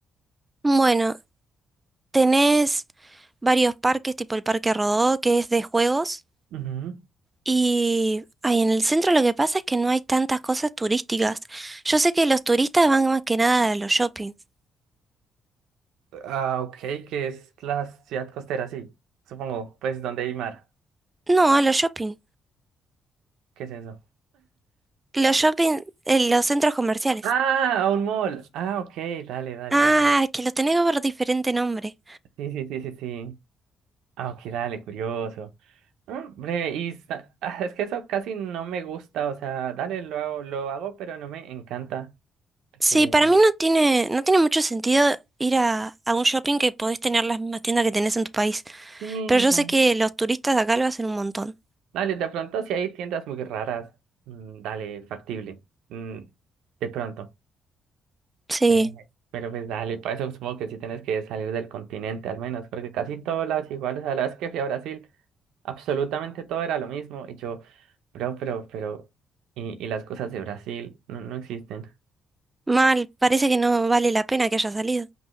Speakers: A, on the right; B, on the right.
A: Bueno, Tenés varios parques, tipo el Parque Rodó, que es de juegos.
B: Ujú.
A: Y ay, en el centro lo que pasa es que no hay tantas cosas turísticas. Yo sé que los turistas van más que nada a los shoppings.
B: Ah, ok, que es la ciudad costera, sí, supongo, pues donde hay mar,
A: No, a los shopping.
B: ¿qué es eso?
A: Los shopping, eh, los centros comerciales.
B: Ah, un mall, ah, ok, dale, dale,
A: Ah,
B: dale,
A: que lo tenés por diferente nombre.
B: sí, sí, sí, sí, sí, ah, ok, dale, curioso, Mm, breve, y sa- <laughs> ah, es que eso casi no me gusta, o sea, dale, lo hago, lo hago, pero no me encanta, porque,
A: Sí, para mí no tiene, no tiene mucho sentido ir a, a un shopping que podés tener las mismas tiendas que tenés en tu país.
B: sí,
A: Pero yo
B: vale.
A: sé que los turistas de acá lo hacen un montón.
B: dale, de pronto si hay tiendas muy raras, mm, dale, factible, mm, de pronto.
A: Sí,
B: Eh, Pero pues dale, para eso supongo que sí tienes que salir del continente al menos, porque casi todas las iguales, a las que fui a Brasil, absolutamente todo era lo mismo. Y yo, bro, pero, pero, y, y las cosas de Brasil no, no existen.
A: mal, parece que no vale la pena que haya salido.